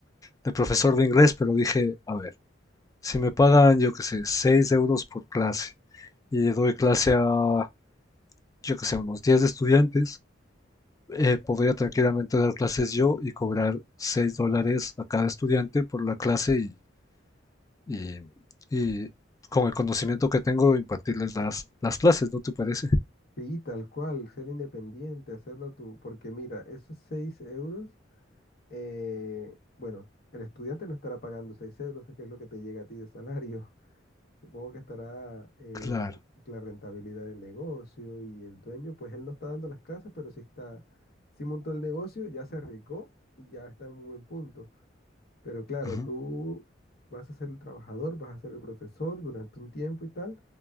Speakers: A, on the left; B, on the left.
A: de profesor de inglés, pero dije, a ver. Si me pagan, yo qué sé, 6 euros por clase y doy clase a, yo qué sé, unos 10 estudiantes, eh, podría tranquilamente dar clases yo y cobrar 6 dólares a cada estudiante por la clase y, y- y con el conocimiento que tengo impartirles las, las clases, ¿no te parece?
B: Sí, tal cual, ser independiente, hacerlo tú, porque mira, esos 6 euros, eh, bueno, el estudiante no estará pagando 6 euros, que es lo que te llega a ti de salario. <laughs> Supongo que estará eh,
A: Claro,
B: la rentabilidad del negocio y el dueño, pues él no está dando las clases, pero sí está, sí montó el negocio, ya se arriesgó y ya está en un buen punto. Pero claro,
A: ujú,
B: tú vas a ser el trabajador, vas a ser el profesor durante un tiempo y tal,